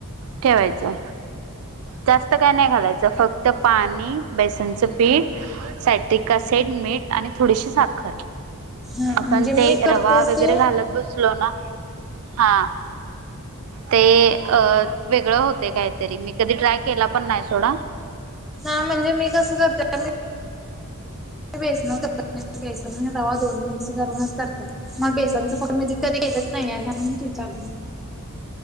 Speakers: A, on the right (about 65°); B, in the centre.
A: ठेवायचं जास्त काय नाही घालायचं फक्त पाणी बेसनचं पीठ साॅयट्रिक एसीड मीठ आणि थोडीशी साखर
B: हा
A: आपण
B: म्हणजे
A: ते
B: मी करते
A: रवा वगैरे
B: ते
A: घालत बसलो ना हा ते अ वेगळं होते काहीतरी मी कधी ट्राय केला पण नाही सोडा
B: हा म्हणजे मी कसं करते बेसन बेसन आणि रवा दोन्ही मिक्स करूनच करत्या मग बेसणचं पण मी कधी केलंच नाही ना म्हणून विचारलं